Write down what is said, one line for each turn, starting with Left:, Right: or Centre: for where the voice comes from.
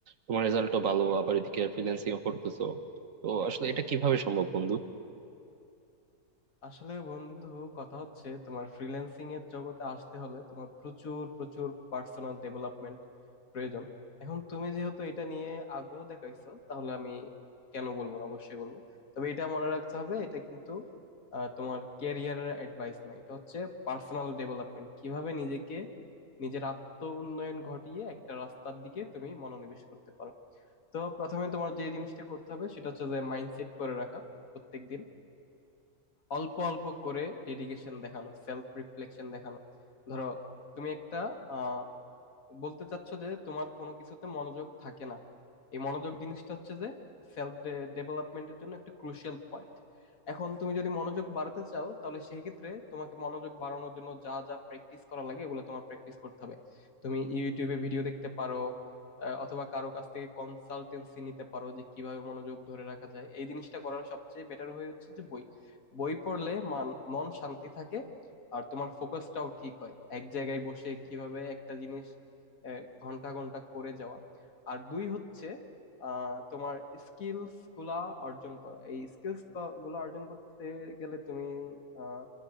Right: তোমার রেজাল্টও ভালো আবার এদিকে ফ্রিল্যান্সিং করতেছো তো আসলে এটা কিভাবে সম্ভব বন্ধু
Left: আসলে বন্ধু কথা হচ্ছে তোমার ফ্রিল্যান্সিং এর জগতে আসতে হলে তোমার প্রচুর প্রচুর পার্সোনাল ডেভেলপমেন্ট প্রয়োজন এখন তুমি যেহেতু এটা নিয়ে আগ্রহ দেখাইছো তাহলে আমি কেন বলবো না অবশ্যই বলবো তবে এটা মনে রাখতে হবে এটা কিন্তু আহ, তোমার ক্যারিয়ারের অ্যাডভাইস না এটা হচ্ছে পার্সোনাল ডেভেলপমেন্ট কিভাবে নিজেকে নিজের আত্ম উন্নয়ন ঘটিয়ে একটা রাস্তার দিকে তুমি মনোনিবেশ করতে পারো তো প্রথমে তোমার যে জিনিসটা করতে হবে সেটা হচ্ছে যে মাইন্ডসেট করে রাখা প্রত্যেকদিন অল্প অল্প করে ডেডিকেশন দেখানো সেলফ রিফ্লেকশন দেখানো ধরো তুমি একটা আহ বলতে চাচ্ছ যে তোমার কোনো কিছুতে মনোযোগ থাকে না এই মনোযোগ জিনিসটা হচ্ছে যে সেলফ ডেভেলপমেন্টের জন্য একটা ক্রুশিয়াল পয়েন্ট এখন তুমি যদি মনোযোগ বাড়াতে চাও তাহলে সেই ক্ষেত্রে তোমাকে মনোযোগ বাড়ানোর জন্য যা যা প্র্যাকটিস করা লাগে এগুলো তোমার প্র্যাকটিস করতে হবে তুমি ইউটিউবে ভিডিও দেখতে পারো আহ, অথবা কারো কাছ থেকে কনসালটেন্সি নিতে পারো যে কিভাবে মনোযোগ ধরে রাখা যায় এই জিনিসটা করার সবচেয়ে বেটার হয়ে হচ্ছে যে বই বই পড়লে মান মন শান্তি থাকে আর তোমার ফোকাসটাও ঠিক হয় এক জায়গায় বসে কিভাবে একটা জিনিস আহ, ঘন্টা ঘন্টা করে যাওয়া আর দুই হচ্ছে আহ, তোমার স্কিলস গুলা অর্জন করা এই স্কিলস গুলা অর্জন করতে গেলে তুমি আহ,